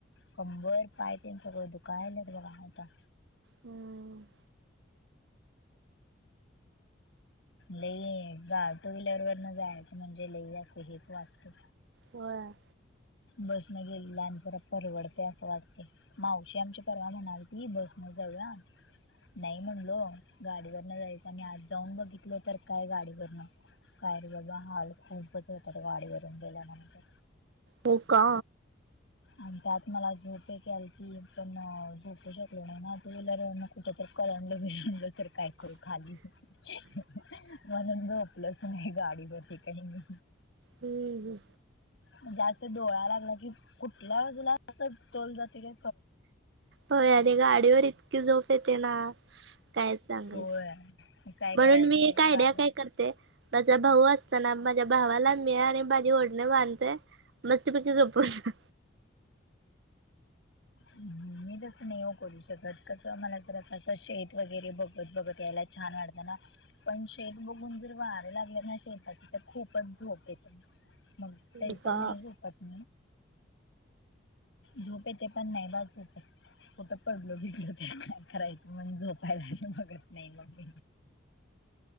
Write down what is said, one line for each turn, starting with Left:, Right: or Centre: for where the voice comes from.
Left: कंबर पाय तन सगळं दुख लयत बघा आता.
Right: हम.
Left: लई बा टू व्हीलर वरन जायचं म्हणजे लई असं हेच वाटतं.
Right: व्हयं.
Left: बसनं गेलेलं आणि जरा परवडतय असं वाटतंय. मावशी आमची परवा म्हणालती बसं न जाऊया. नाही म्हणलो, गाडीवरन जायचं आणि आज जाऊन बघितलो तर काय गाडीवरन. काय रे बाबा हाल खूपचं होतात. गाडीवरून गेल्यानंतर.
Right: हो का?
Left: आणि त्यात मला झोप एक यायलती पण नाही झोपू शकलो नाही ना कारण टू व्हीलरवरन कुठे तर कलंडलो बिलंडलो तर काय करू खाली. <unintelligible> म्हणून झोपलोच नाही काही गाडीवरती मी काही
Right: हंम्म. हम्म.
Left: म्हणजे असं डोळा लागला की कुठल्या बाजूला तोल जातोय
Right: होय आणि गाडीवर इतकी झोप येते ना काय सांगू?
Left: होय मग काय करायचंय
Right: म्हणून मी एक आयडिया
Left: गाडी
Right: काय करते माझा भाऊ असतो ना. माझ्या भावाला मी आणि माझी ओडणी बांधते मस्तपैकी झोपून जा
Left: मी तसं नाही वो करू शकत कसं मला जर अस शेत वगैरे बघत बघत यायला छान वाटत ना पण शेत बघून जर वारं लागलं ना शेतातची तर खूपच झोप येते. मग तरी
Right: जा
Left: पण नाही झोपत झोपये ते पण नाही <unintelligible> कुठं पडलो भिडलो तर. करायचं मण झोपायला बघत नाही मग.